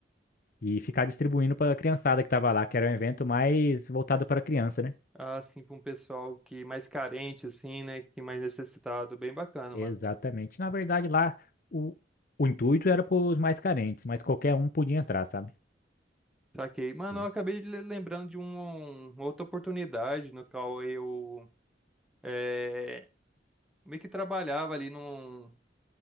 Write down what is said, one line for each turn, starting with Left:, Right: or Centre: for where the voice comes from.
Left: e ficar distribuindo para a criançada que estava lá, que era um evento mais voltado para criança, né?
Centre: Ah, assim, pra um pessoal que mais carente, assim, né? Que mais necessitado. Bem bacana,
Left: Exatamente.
Centre: mano.
Left: Na verdade, lá o, o intuito era para os mais carentes, mas qualquer um podia entrar, sabe?
Centre: Saquei. Mano,
Left: E,
Centre: eu acabei de le- lembrando de um, uma outra oportunidade no qual eu é, meio que trabalhava ali num,